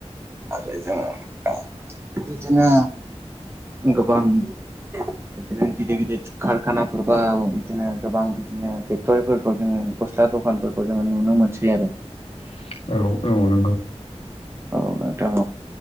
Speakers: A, on the right; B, on the left.
A: आरो जोङो बिदिनो गोबां बिदिनो गिदिर गिदिर कारखानाफोर बा बिदिनो गोबां बिदिनो फेक्ट'रिफोरखौ जोङो गस्ला दखानफोरखौ जोङो नुनो मोनसै आरो।
B: औ औ नंगौ।
A: औ नोंथां